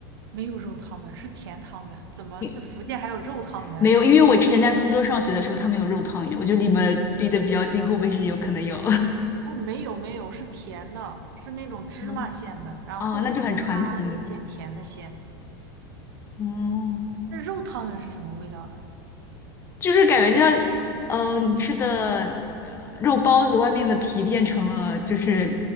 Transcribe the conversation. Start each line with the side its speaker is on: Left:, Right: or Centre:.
Right: 没有肉汤圆，是甜汤圆。怎么这福建还有肉汤圆？
Left: 因没有，因为我之前在苏州上学的时候，他们有肉汤圆，我觉得离们离得比较近，会不会是有可能有？
Right: 哦，没有没有，是甜的，是那种芝麻馅的，
Left: <laughs> 嗯
Right: 然后或者其他一些甜的馅。
Left: 啊，那就很传统的。哦，
Right: 那肉汤圆是什么味道的？
Left: 就是感觉就像，嗯，你吃的呃肉包子外面的皮变成了就是